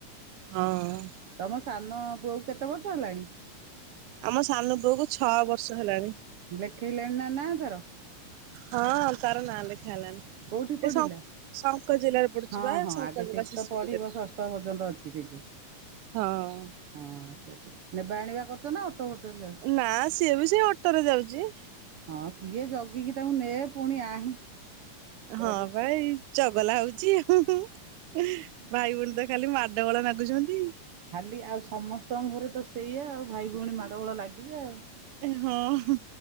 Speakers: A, on the right; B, on the right.
A: ହଁ ଅ
B: ତମ ସାନ ପୁଅକୁ କେତେ ବର୍ଷ ହେଲାଣି?
A: ଆମ ସାନ ପୁଅ କୁ ଛଅ ବର୍ଷ ହେଲାଣି।
B: ଲେଖେଇଲେଣି ନା ନା ତାର?
A: ହଁ ତାର ନାଁ ଲେଖା ହେଲାଣି।
B: କୋଉଠି ପଢିଲା?
A: ଏ ସ ଶଙ୍କ ଜିଲ୍ଲାରେ ପଡୁଛି
B: ହଁ
A: ବା
B: ହଁ
A: ଶଙ୍କ
B: ଆଗେ
A: ଜିଲ୍ଲା
B: ସେଇଠି
A: ଶିଶୁ
B: ତ ପଢିବ
A: ମନ୍ଦିର
B: ଷଷ୍ଠ ପର୍ଯ୍ୟନ୍ତ ଅଛି ସେଠି।
A: ହଁ।
B: ହଁ ସେଇଠି ନେବା ଆଣିବା କରୁଛ ନା ଅଟୋ ଫଟୋରେ ଯାଉଛି?
A: ନା ସିଏ ବି ସେ ଅଟୋରେ ଯାଉଛି।
B: ହଁ କିଏ ଜଗିକି ତାଙ୍କୁ ନେ ପୁଣି ଆଣେ।
A: ହଁ
B: କରୁଛି।
A: ବା ଏଇ ଚଗଲା ହଉଛି ଆଉ ହୁଁ ହୁଁ ଭାଇ ଭଉଣୀ ତ ଖାଲି ମା ଡ ଗୋଳ ନାଗୁଛନ୍ତି।
B: ଖାଲି ଆଉ ସମସ୍ତଙ୍କ ଘରେ ତ ସେଇଆ ଆଉ ଭାଇ ଭଉଣୀ ମାଡ଼ ଗୋଳ ଲାଗିବେ ଆଉ।
A: ଏ ହଁ ହଁ।